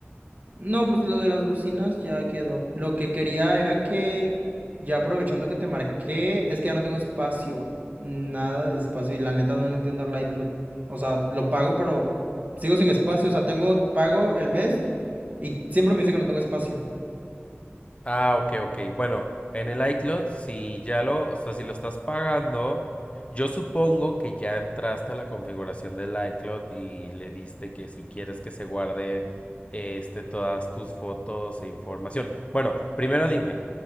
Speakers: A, on the right; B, on the left.
A: No, pues lo de las bocinas ya quedó. Lo que quería era que, ya aprovechando que te marqué, es que ya no tengo espacio, nada de espacio y la neta no le entiendo al iCloud. O sea, lo pago, pero sigo sin espacio. O sea, tengo, pago el mes y siempre me dice que no tengo espacio.
B: Ah, ok, ok. Bueno, en el iCloud, si ya lo, o sea, si lo estás pagando, yo supongo que ya entraste a la configuración del iCloud y le diste que si quieres que se guarde este, todas tus fotos e información. Bueno, primero dime,